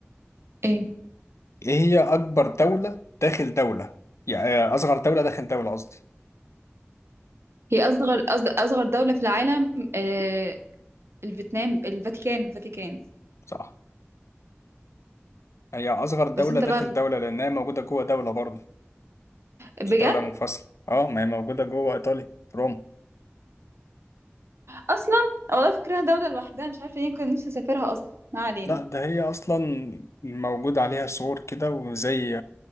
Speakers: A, on the right (about 65°); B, on the left (about 85°).
A: ايه
B: إيه هي أكبر دولة داخل دولة يعني آه، أصغر دولة داخل دولة قصدي
A: هي اصغر أص- اصغر دولة في العالم آه، الفيتنام الفاتيكان الفاتيكان
B: صح هي أصغر دولة
A: بس انت
B: داخل
A: بقى بت-
B: دولة لأنها موجودة جوه دولة برضه
A: بجد
B: مش دولة منفصلة أه ما هي موجودة جوه إيطاليا في روما
A: اصلا والله فكرها دولة لوحدها مش عارفة ليه كنت نفسي اسافرها اصلا ما علينا
B: لا ده هي اصلا موجود عليها صور كده وزي